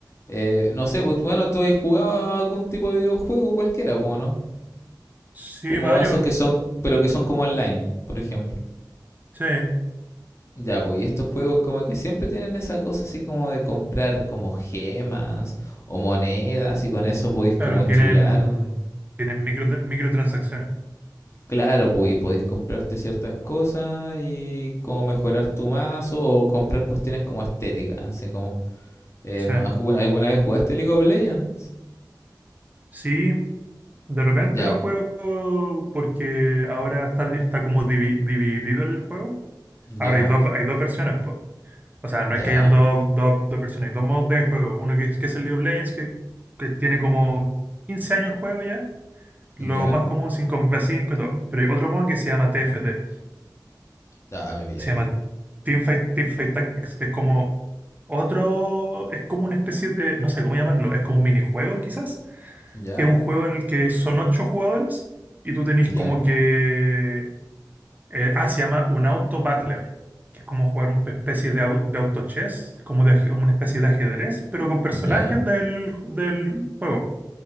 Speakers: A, on the left; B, on the right.
A: eh, no sé, pues, bueno, tú has jugado a algún tipo de videojuego cualquiera, po, ¿no?
B: Sí,
A: Como
B: varios,
A: esos que son, pero que son como online, por ejemplo.
B: sí,
A: Ya, pues, y estos juegos como que siempre tienen esa cosa así como de comprar como gemas o monedas y con eso podéis
B: claro,
A: como enchular.
B: tienen, tienen micro, microtransacciones.
A: Claro, pues, y podéis comprarte ciertas cosas y como mejorar tu mazo o comprar cuestiones como estéticas, así como, eh,
B: Sí,
A: ¿no? ¿Algu- ¿Alguna vez jugaste League of Legends?
B: sí, de repente
A: Ya,
B: lo juego porque ahora está, está como divi- dividido el juego. Ahora
A: ya,
B: hay dos, hay dos versiones, po. O sea, no es
A: ya,
B: que hayan dos, dos, dos versiones, hay dos modos de juego. Uno que es, que es el League of Legends, que, que tiene como 15 años el juego ya. Lo
A: ya,
B: más común cinco v cinco y todo. Pero hay otro modo que se llama TFT.
A: ya, ah, me pillaste.
B: Se llama Teamfight, Teamfight Tactics, que es como otro. Es como una especie de. No sé cómo llamarlo. Es como un minijuego, quizás.
A: Ya,
B: Que es un juego en el que son ocho jugadores y tú tenés
A: ya,
B: como que. eh, ah, se llama un auto battler. Que es como jugar una especie de, au- de auto chess, como de, aje- como una especie de ajedrez, pero con personajes
A: ya,
B: del, del juego.